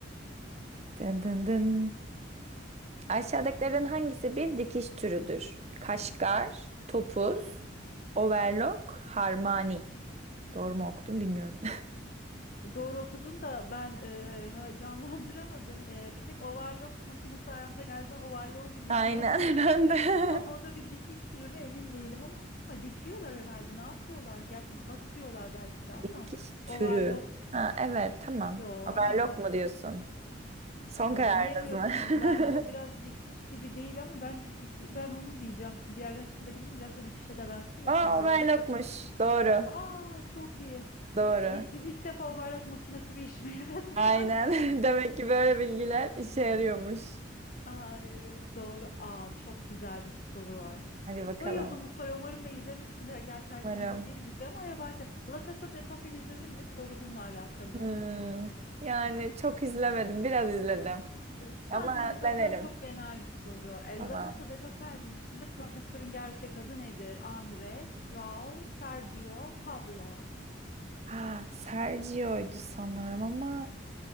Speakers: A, on the right (about 35°); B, on the left (about 45°).
A: Dın dın dın. Aşağıdakilerin hangisi bir dikiş türüdür? Kaşgar, topuz, overlock, harmani. Doğru mu okudum bilmiyorum.
B: Doğru okudun da ben e, ha- canlandıramadım. E, bir tek overlock makinesi ayağınıza geldiğinden overlock
A: <laughs>
B: biliyorum
A: Aynen
B: ama
A: <laughs> ben
B: <laughs>
A: de.
B: ama o da bir dikiş türü mü emin değilim ama, ama dikiyorlar herhalde. Ne yapıyorlar? Gerçi basıyorlar belki de ama
A: Dikiş türü.
B: overlock
A: Ha evet
B: çekiliyor
A: tamam. Overlock
B: ama
A: mu diyorsun? Son
B: ay,
A: kararınız
B: diyemiyorum.
A: mı?
B: Bence o biraz
A: <laughs>
B: dikiş gibi değil ama bence diki ben onu diyeceğim çünkü diğerlerini de bilmiyorum. Biraz da dikişe de benziyor.
A: Aa
B: kenarları
A: overlockmuş.
B: çekiyor.
A: Doğru.
B: Aa çok iyi.
A: Doğru.
B: E, ilk, ilk defa overlock makinesi bir işime yaradı <laughs>
A: Aynen.
B: yani.
A: <laughs> Demek ki böyle bilgiler işe yarıyormuş.
B: Aa evet doğru. Aa çok güzel bir soru var.
A: Hadi bakalım.
B: Bayıldım bu soruya. Umarım da izlemişsindir. Gerçi herkesin
A: Umarım.
B: bildiği bir dizi ama yabancı. La Casa de Papel izledin mi? Soru bununla alakalı.
A: Hmm. Yani çok izlemedim. Biraz izledim.
B: E, Sadece
A: Ama
B: zaten
A: denerim.
B: çok genel bir soru. E,
A: Tamam.
B: La Casa de Papel dizisinde profesörün gerçek adı nedir? Andres, Raul, Sergio, Pablo.
A: Ha, Sergio'ydu sanırım ama